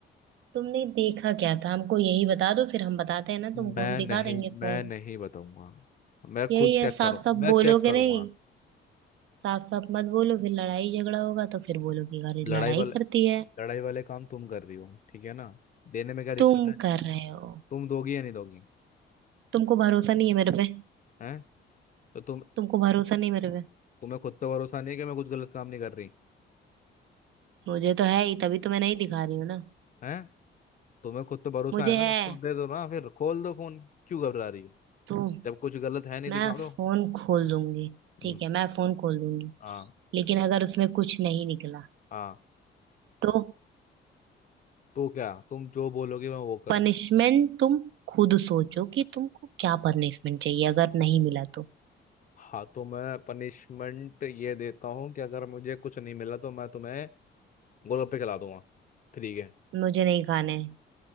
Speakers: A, on the right; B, on the left.
A: तुमने देखा क्या था हमको यही बता दो फिर हम बताते हैं ना तुमको
B: मैं
A: हम दिखा
B: नहीं
A: देंगे
B: मैं
A: फोन
B: नहीं बताऊंगा मैं
A: यही
B: खुद
A: है
B: चेक
A: साफ
B: करूँ
A: साफ
B: मैं चेक
A: बोलोगे
B: करूंगा
A: नहीं साफ साफ मत बोलो फिर लड़ाई झगड़ा होगा तो फिर बोलोगे अरे
B: लड़ाई
A: लड़ाई
B: वाल
A: करती है
B: लड़ाई वाले काम तुम कर रही हो ठीक है ना देने में क्या दिक्कत
A: तुम
B: है
A: कर रहे हो
B: तुम दोगी या नहीं दोगी
A: तुमको भरोसा नहीं है मेरे पे
B: हैं तो तुम
A: तुमको भरोसा नहीं मेरे पे
B: तुम्हें खुद पे भरोसा नहीं है कि मैं कुछ गलत काम नहीं कर रही
A: मुझे तो है ही तभी तो मैं नहीं दिखा रही हूँ ना
B: हैं तुम्हें खुद पे भरोसा
A: मुझे
B: है ना
A: है
B: तो दे दो ना फिर खोल दो फोन क्यों घबरा रही हो
A: तो
B: जब कुछ गलत है नहीं
A: मैं
B: दिखा दो
A: फोन खोल दूंगी ठीक
B: हम्म,
A: है मैं फोन खोल दूंगी
B: हाँ
A: लेकिन अगर उसमें कुछ नहीं निकला
B: हाँ
A: तो
B: तो क्या तुम जो बोलोगे मैं वो करूँ
A: पनिशमेंट तुम खुद सोचो कि तुमको क्या पनिशमेंट चाहिए अगर नहीं मिला तो
B: हाँ तो मैं पनिशमेंट ये देता हूँ कि अगर मुझे कुछ नहीं मिला तो मैं तुम्हें गोलगप्पे खिला दूंगा ठीक है
A: मुझे नहीं खाना है